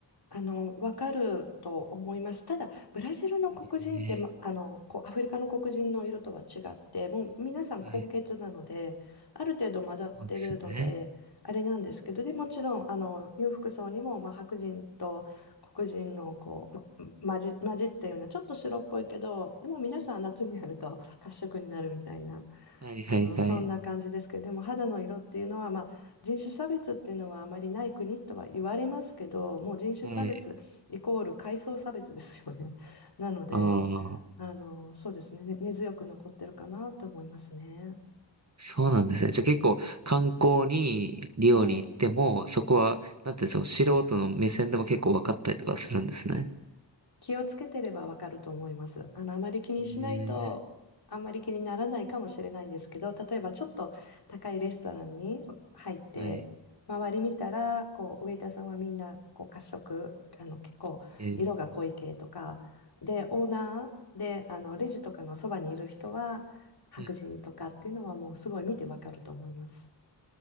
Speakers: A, on the left; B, on the right.
A: あの、わかると思います。ただ、ブラジルの黒人って、
B: え
A: ま、あの、こう、アフリカの黒人の色とは違って、もう皆さん混血なので、
B: ーはい。
A: ある程度混ざってるので、
B: そうですよね。
A: あれなんですけど、で、もちろん、あの、裕福層にも、まあ、白人と黒人の、こう、ま、混じ、混じったような、ちょっと白っぽいけど、でも皆さん夏になると褐色になるみたいな
B: はいはいはい。
A: あの、そんな感じですけど、でも肌の色っていうのは、まあ、人種差別っていうのはあまりない国とは言われますけど、もう人種差別イコール階層差別ですよね。
B: はい。
A: <laughs> なので、
B: ああ、
A: あの、そうですね、根根強く残ってるかなと思いますね。
B: そうなんですね。じゃあ結構観光にリオに行っても、
A: ええ
B: そこは、なんてその素人の目線でも結構分かったりとかするんですね。
A: 気をつけてればわかると思います。あの、あまり気にしないと、
B: えー
A: あんまり気にならないかもしれないんですけど、例えばちょっと高いレストランに入って、
B: はい。
A: 周り見たら、こう、ウェイターさんはみんな、こう、褐色、あの、結構、
B: えー
A: 色が濃い系とか、で、オーナーで、あの、レジとかのそばにいる人は、白人とかっていうのはもうすごい見てわかると思います。
B: え